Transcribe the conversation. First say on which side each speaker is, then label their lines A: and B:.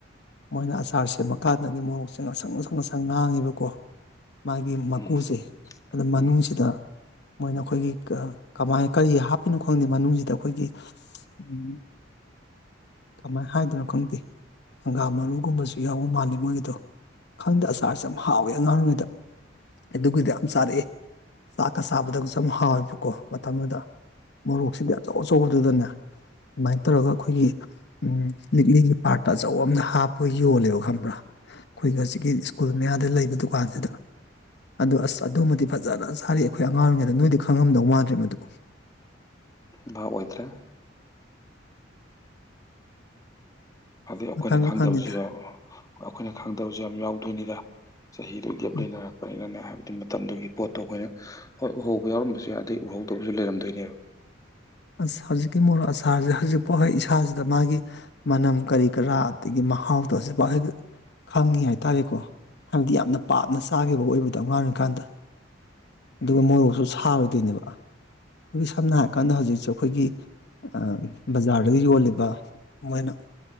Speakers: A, on the left (about 60°); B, on the left (about 20°).
A: ꯃꯣꯏꯅ ꯑꯆꯥꯔ ꯁꯦꯝꯃꯛꯀꯥꯟꯗꯗꯤ ꯃꯣꯔꯣꯛꯁꯦ ꯉꯡꯁꯪ ꯉꯡꯁꯪ ꯉꯡꯁꯪ ꯉꯥꯡꯉꯦꯕꯀꯣ ꯃꯥꯒꯤ ꯃꯀꯨꯁꯦ
B: ꯎꯝ
A: ꯑꯗꯨ ꯃꯅꯨꯡꯁꯤꯗ
B: ꯎꯝ
A: ꯃꯣꯏꯅ ꯈꯣꯏꯒꯤ ꯀ ꯀꯃꯥꯏ ꯀꯔꯤ ꯍꯥꯞꯄꯤꯅꯣ ꯈꯪꯗꯦ ꯃꯅꯨꯡꯖꯤꯗ ꯑꯈꯣꯏꯒꯤ ꯎꯝ ꯀꯃꯥꯏ ꯍꯥꯏꯗꯣꯏꯅꯣ ꯈꯪꯗꯦ ꯍꯪꯒꯥꯝ ꯃꯔꯨꯒꯨꯝꯕꯖꯨ ꯌꯥꯎꯕ ꯃꯥꯜꯂꯦ ꯃꯣꯏꯒꯤꯗꯣ ꯈꯪꯗꯦ ꯑꯆꯥꯔꯁꯦ ꯌꯥꯝ ꯍꯥꯎꯋꯦ ꯑꯉꯥꯡ ꯑꯣꯏꯔꯤꯉꯩꯗ ꯑꯗꯨꯒꯤꯗꯤ ꯌꯥꯝ ꯆꯥꯔꯛꯑꯦ ꯆꯥꯛꯀ ꯆꯥꯕꯗꯒꯁꯨ ꯍꯥꯎꯋꯦꯕ ꯀꯣ ꯃꯇꯝꯗꯨꯗ ꯃꯣꯔꯣꯛꯁꯤꯗꯤ ꯑꯆꯧ ꯑꯆꯧꯕꯗꯨꯗꯅꯦ ꯑꯃꯥꯏ ꯇꯧꯔꯒ ꯑꯈꯣꯏꯒꯤ ꯎꯝ ꯂꯤꯛꯂꯤꯒꯤ ꯄꯥꯔꯇ ꯑꯆꯧꯕ ꯑꯃꯗ ꯍꯥꯞ ꯄꯣ ꯌꯣꯜꯂꯦꯕ ꯈꯪꯕ꯭ꯔꯥ ꯈꯣꯏꯒ ꯍꯖꯤꯛꯀꯤ ꯁ꯭ꯀꯨꯜ ꯃꯌꯥꯗ ꯂꯩꯕ ꯗꯨꯀꯥꯟꯁꯤꯗ ꯑꯗꯨ ꯑꯁ ꯑꯗꯨꯃꯗꯤ ꯐꯖꯅ ꯆꯥꯔꯛꯑꯦ ꯑꯩꯈꯣꯏ ꯑꯉꯥꯡ ꯑꯣꯏꯔꯤꯉꯩꯗ ꯅꯣꯏꯗꯤ ꯈꯪꯉꯝꯗꯧ ꯃꯥꯟꯗ꯭ꯔꯦ ꯃꯗꯨ
B: ꯚꯥꯞ ꯑꯣꯏꯗ꯭ꯔꯦ ꯑꯗꯩ ꯑꯈꯣꯏꯅ
A: ꯃꯈꯜ
B: ꯈꯪꯗꯕꯁꯨ
A: ꯃꯈꯜꯅꯤꯗ
B: ꯌꯥꯎ ꯑꯈꯣꯏꯅ ꯈꯪꯗꯕꯁꯨ ꯌꯥꯝ ꯌꯥꯎꯗꯣꯏꯅꯤꯗ ꯆꯍꯤꯗꯨ ꯒꯦꯞ
A: ꯎꯝ
B: ꯂꯩꯅꯔꯛꯄꯅꯤꯅꯅꯦ ꯍꯥꯏꯕꯗꯤ ꯃꯇꯝꯗꯨꯒꯤ ꯄꯣꯠꯇꯣ ꯑꯈꯣꯏꯅ ꯍꯣꯏ ꯎꯍꯧꯕ ꯌꯥꯎꯔꯝꯕꯁꯨ ꯌꯥꯏ ꯑꯗꯩ ꯎꯍꯧꯗꯕꯁꯨ ꯂꯩꯔꯝꯗꯣꯏꯅꯦꯕ
A: ꯑꯁ ꯍꯧꯖꯤꯛꯀꯤ ꯃꯣꯔꯣꯛ ꯑꯆꯥꯥꯔꯁꯦ ꯍꯧꯖꯤꯛꯄꯣꯛ ꯍꯦꯛ ꯏꯁꯥꯁꯤꯗ ꯃꯥꯒꯤ ꯃꯅꯝ ꯀꯔꯤ ꯀꯔꯥ ꯑꯗꯒꯤ ꯃꯍꯥꯎ ꯗꯣ ꯍꯖꯤꯛꯐꯥꯎ ꯍꯦꯛ ꯈꯪꯉꯤ ꯍꯥꯏꯇꯥꯔꯦꯀꯣ ꯍꯥꯏꯕꯗꯤ ꯌꯥꯝꯅ ꯄꯥꯝꯅ ꯆꯥꯒꯤꯕ ꯑꯣꯏꯕꯗꯣ ꯑꯉꯥꯡ ꯑꯣꯏꯔꯤꯀꯥꯟꯗ ꯑꯗꯨꯒ
B: ꯎꯝ
A: ꯃꯣꯔꯣꯛꯁꯨ ꯁꯥꯔꯣꯏꯗꯣꯏꯅꯦꯕ ꯈꯣꯏꯒꯤ ꯁꯝꯅ ꯍꯥꯏꯔ ꯀꯥꯟꯗ ꯍꯧꯖꯤꯛꯁꯨ ꯑꯈꯣꯏꯒꯤ ꯑꯥ ꯕꯖꯥꯔꯗꯒ ꯌꯣꯜꯂꯤꯕ ꯃꯣꯏꯅ